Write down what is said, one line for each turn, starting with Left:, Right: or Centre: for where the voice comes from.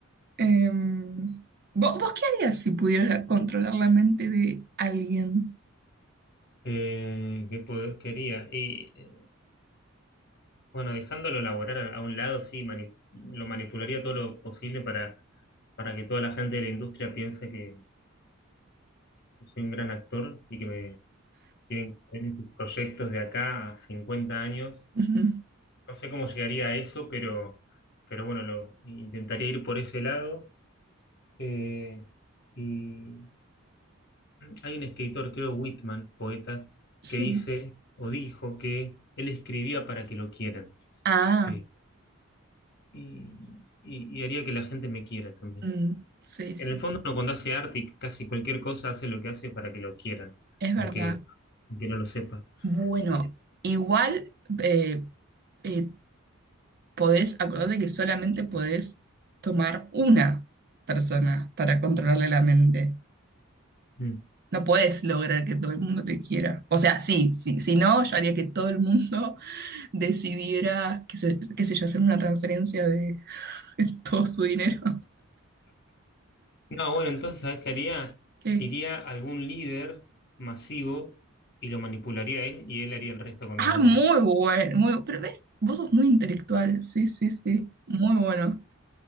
Right: Em, ¿vo- ¿vos, qué harías si pudieras controlar la mente de alguien?
Left: eh, que po- quería. Y eh, bueno, dejándolo laboral a a un lado, sí, mani- lo manipularía todo lo posible para, para que toda la gente de la industria piense que, que soy un gran actor y que me tienen que ver en sus proyectos de acá a 50 años.
Right: Ujú,
Left: No sé cómo llegaría a eso, pero, pero bueno, lo intentaría ir por ese lado. Eh, y hay un escritor, creo Whitman, poeta,
Right: Sí.
Left: que dice o dijo que él escribía para que lo quieran.
Right: Ah,
Left: Eh, y, y- y haría que la gente me quiera también.
Right: mm, sí,
Left: En
Right: sí,
Left: el fondo, uno cuando hace arte y casi cualquier cosa hace lo que hace para que lo quieran,
Right: es
Left: aunque,
Right: verdad.
Left: aunque no lo sepa.
Right: Bueno,
Left: Eh,
Right: igual eh, eh, podés, acordate que solamente podés tomar una persona para controlarle la mente.
Left: mm.
Right: No puedes lograr que todo el mundo te quiera. O sea, sí, sí, si no, yo haría que todo el mundo <laughs> decidiera, qué sé, qué sé yo, hacer una transferencia de <laughs> todo su dinero.
Left: No, bueno, entonces, ¿sabes qué haría?
Right: Que-
Left: Iría a algún líder masivo y lo manipularía a él y él haría el resto con
Right: Ah,
Left: los demás.
Right: muy bueno, muy, pero ves, vos sos muy intelectual, sí, sí, sí, muy bueno.